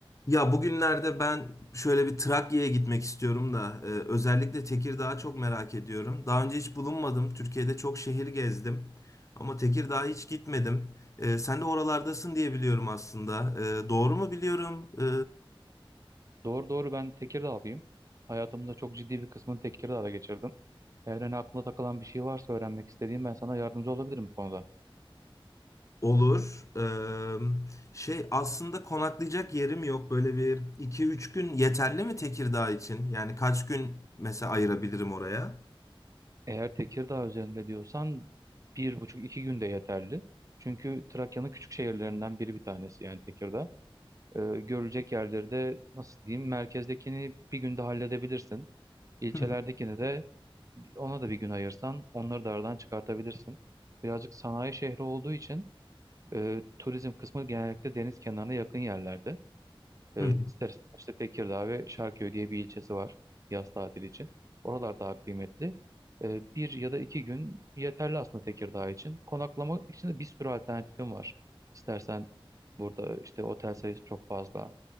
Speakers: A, on the left; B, on the right.
A: Ya bugünlerde ben şöyle bir Trakya'ya gitmek istiyorum da e, özellikle Tekirdağ'ı çok merak ediyorum. Daha önce hiç bulunmadım. Türkiye'de çok şehir gezdim ama Tekirdağ'a hiç gitmedim. E, sen de oralardasın diye biliyorum aslında. E, doğru mu biliyorum? E,
B: Doğru doğru ben Tekirdağlıyım. Hayatımın da çok ciddi bir kısmını Tekirdağ'da geçirdim. Eğer hani aklına takılan bir şey varsa öğrenmek istediğim ben sana yardımcı olabilirim bu konuda.
A: olur. E, şey aslında konaklayacak yerim yok. Böyle bir iki üç gün yeterli mi Tekirdağ için? Yani kaç gün mesela ayırabilirim oraya?
B: Eğer Tekirdağ üzerinde diyorsan bir buçuk iki günde yeterli. Çünkü Trakya'nın küçük şehirlerinden biri bir tanesi yani Tekirdağ. Ee, görülecek yerleri de nasıl diyeyim merkezdekini bir günde halledebilirsin. İlçelerdekini
A: Hı
B: de ona da bir gün ayırsan onları da aradan çıkartabilirsin. Birazcık sanayi şehri olduğu için e, turizm kısmı genellikle deniz kenarına yakın yerlerde.
A: hı.
B: E, ister istemez işte Tekirdağ ve Şarköy diye bir ilçesi var yaz tatili için. Oralar daha kıymetli. E, bir ya da iki gün yeterli aslında Tekirdağ için. Konaklama için de bir sürü alternatifim var. İstersen burada işte otel sayısı çok fazla.